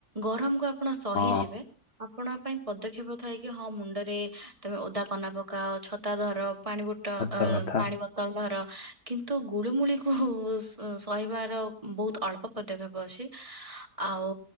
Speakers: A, on the right; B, on the left.
A: ଗରମ କୁ ଆପଣ ସହିଯିବେ।
B: ହଁ
A: ଆପଣଙ୍କ ପାଇଁ ପଦକ୍ଷେପ ଥାଏ କି ହଁ ମୁଣ୍ଡରେ ତମେ ଓଦା କନା ପକାଅ। ଛତା ଧର। ପାଣି ବୋ ତ
B: ସତ
A: ଅ
B: କଥା।
A: ପାଣି ଳର କିନ୍ତୁ ଗୁଳିମୁଳିକୁ ସହିବାର ବହୁତ ଅଳ୍ପ ପଦକ୍ଷେପ ଅଛି। ଆଉ